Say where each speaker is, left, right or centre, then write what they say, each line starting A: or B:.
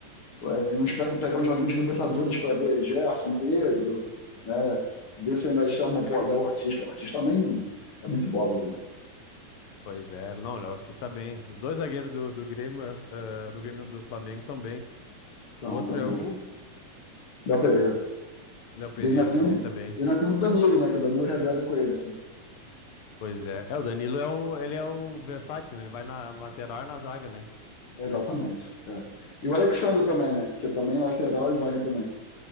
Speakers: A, on the left (about 50°); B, on the left (about 65°).
A: A gente pegar uns joguinhos de Libertadores para ver Gerson, Pedro, né? Ver se ainda chamam, pô, Léo Ortiz. Léo Ortiz também é muito bola, né?
B: Pois é. Não, o Léo Ortiz tá bem. Os dois zagueiros do, do Grêmio, ah, do Grêmio não, do Flamengo estão bem.
A: Então,
B: O outro
A: então
B: é
A: mesmo.
B: o
A: Da Pereira.
B: Léo Pereira
A: E ainda tem,
B: também
A: um,
B: tá bem.
A: e ainda tem o Danilo, né? Que o Danilo reveza com eles, né?
B: Pois é. É, o Danilo é um, ele é um versátil, né? Ele vai na lateral e na zaga, né?
A: É, Exatamente. é. E o Alexandre também, né? Que é também é lateral e zaga também.